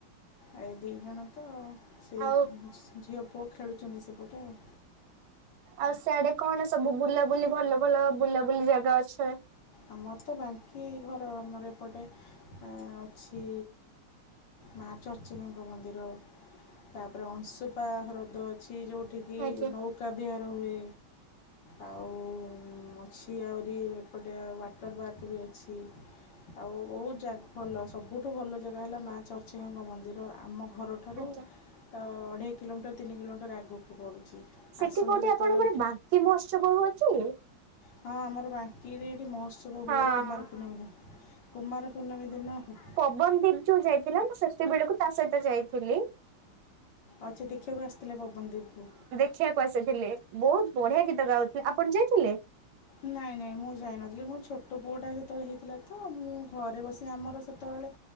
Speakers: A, on the left (about 60°); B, on the right (about 75°).
A: ଏ ଦି ଜଣ ତ ସେ
B: ଆଉ
A: ଝିଅ ପୁଅ ଖେଳୁଛନ୍ତି ସେପଟେ ଆଉ।
B: ଆଉ ସ୍ୟାଡେ କଣ ସବୁ ବୁଲାବୁଲି ଭଲ ଭଲ ବୁଲାବୁଲି ଜାଗା ଅଛେ?
A: ଆମର ତ ବାଙ୍କି ଘର ଆମର ଏପଟେ ଅଛି ମା ଚର୍ଚ୍ଚିକାଙ୍କ ମନ୍ଦିର ତାପରେ ଅଂଶୁପା ହ୍ରଦ ଅଛି ଯୋଉଠି କିି
B: ଆଜ୍ଞା
A: ନୌ ପକା ବିହାର ହୁଏ ଆଉ ଅଛି ଆହୁରି ଏପଟ ଗୋଟେ ୱାଟର୍ ପାର୍କ ବି ଅଛି। ଆଉ ଅହୁତା ଜାଗ୍ ଭଲ ସବୁଠୁ ଭଲ ଜାଗା ହେଲା ମା ଚର୍ଚ୍ଚିକାଙ୍କ ମନ୍ଦିର ଆମ ଘରଠାରୁ
B: ଆଜ୍ଞା
A: ତ ଅଢ଼େଇ କିଲୋମିଟର ତିନି କିଲୋମିଟର ଆଗକୁ ପଡ଼ୁଛି।
B: ସେଠି
A: ଆସନ୍ତୁ
B: କୋଉଠି
A: କେତେବେଳେ
B: ଆପଣଙ୍କର ବାଙ୍କି ମହୋତ୍ସବ ଆଉ ଅଚି?
A: ହଁ ଆମର ବାଙ୍କିରେ ଏଠି ମହୋତ୍ସ ବ ହୁଏ
B: ହଁ
A: କୁମାର ପୂର୍ଣିମୀ ଦି କୁମାର ପୂର୍ଣ୍ଣିମୀ ଦିନ ହ
B: ଭୁବନ୍ ଦୀପ୍ ଯୋଉ ଯାଇଥିଲା ମୁଁ ସେତେବେଳକୁ ତା ସହିତ ଯାଇଥିଲି
A: ଆଚ୍ଛା ଦେଖିଆକୁ ଆସିଥିଲେ ପବନଦୀପ୍ କୁ?
B: ଦେଖିଆକୁ ଆସିଥିଲେ ବହୁତ ବଢିଆ ଗୀତ ଗାଉଥି ଆପଣ ଯାଇଥିଲେ?
A: ନାଇଁ ନାଇଁ ମୁଁ ଯାଇନଥିଲି ମୋ ଛୋଟ ପୁଅଟା ସେତବେଳେ ହେଇଥିଲା ତ ମୁଁ ଘରେ ବସି ଆମର ସେତବେଳେ